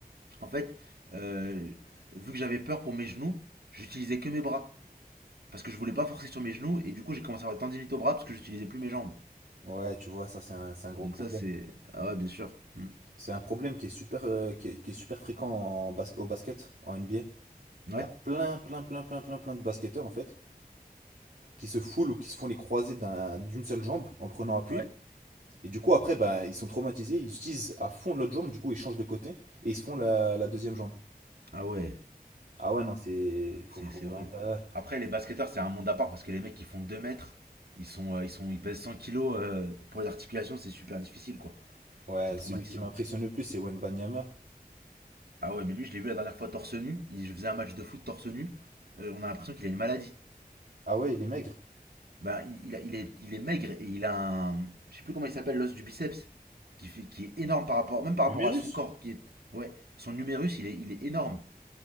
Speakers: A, on the right; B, on the right.
A: en fait, euh, vu que j'avais peur pour mes genoux, j'utilisais que mes bras. Parce que je voulais pas forcer sur mes genoux. Et du coup, j'ai commencé à avoir tendinite au bras parce que j'utilisais plus mes jambes.
B: Ouais, tu vois, ça c'est un, c'est un
A: Donc,
B: gros problème.
A: ça, c'est. Ah ouais, bien sûr. Hmm.
B: C'est un problème qui est super, euh, qui est, qui est super fréquent en basque- au basket, en NBA. Il
A: Ouais,
B: y a plein, plein, plein, plein, plein, plein de basketteurs en fait qui se foulent ou qui se font les croisés d'un- d'une seule jambe en prenant appui.
A: ouais.
B: Et du coup, après, bah, ils sont traumatisés, ils utilisent à fond l'autre jambe, du coup, ils changent de côté et ils se font la, la deuxième jambe.
A: Ah ouais,
B: Ah ouais, non, c'est. Faut,
A: c'est
B: faut
A: c'est
B: vraiment
A: horrible.
B: faire gaffe.
A: Après, les basketteurs, c'est un monde à part parce que les mecs, ils font 2 mètres. Ils sont, euh, ils sont, ils pèsent 100 kilos. euh, pour les articulations, c'est super difficile, quoi.
B: Ouais,
A: C'est traumatisant.
B: celui qui m'impressionne le plus, c'est Wembanyama.
A: Ah ouais, mais lui, je l'ai vu la dernière fois torse nu. Il faisait un match de foot torse nu. Euh, on a l'impression qu'il a une maladie.
B: Ah ouais, il est maigre.
A: Bah, il, il a- il est, il est maigre et il a un. Je sais plus comment il s'appelle, l'os du biceps. Qui, fait, qui est énorme par rapport. Même par
B: L'humérus?
A: rapport à son corps. Qui est, ouais, son numérus, il est, il est énorme.